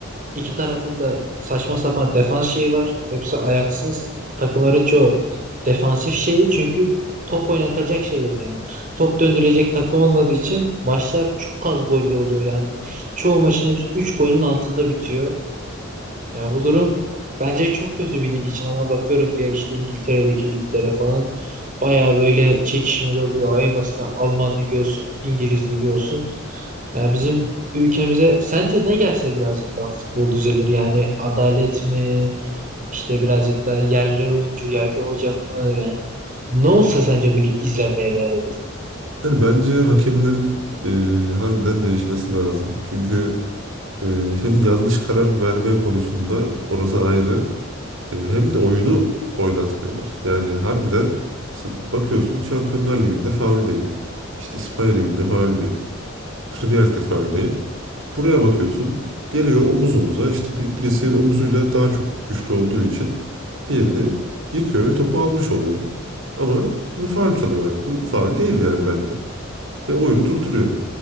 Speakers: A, on the right; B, on the right.
A: İki tarafında saçma sapan defans şeyi var. Hepsi ayaksız. Takımların çoğu defansif şeyi çünkü top oynatacak şey yok yani. Top döndürecek takım olmadığı için maçlar çok az gollü oluyor yani. Çoğu maçın hepsi 3 golün altında bitiyor. Ya bu durum bence çok kötü bir lig için ama bakıyorum diğer işte İngiltere'deki liglere falan bayağı böyle çekişmeli oluyor. En basitinden Alman ligi olsun, İngiliz ligi olsun. Yani bizim ülkemize sence ne gelse birazcık daha futbol düzelir? Yani adalet mi? İşte birazcık daha yerli oyuncu, yerli hoca mı? Yani ne olsa sence bu lig izlenmeye değer olur?
B: Yani bence hakemlerin e, harbiden değişmesi lazım. Çünkü Ee, hem yanlış karar verme konusunda orası ayrı. Ee, hem de oyunu oynatmıyorlar. Yani harbiden işte bakıyorsun Şampiyonlar Ligi'nde faul değil. İşte İspanya Ligi'nde faul değil. Premier Lig'de faul değil. Buraya bakıyorsun geliyor omuz omuza işte bir- birisi omuzuyla daha çok güçlü olduğu için diğerini yıkıyor ve topu almış oluyor. Ama bunu faul çalıyorlar. Bu faul değil yani bence. Ve oyunu durduruyor.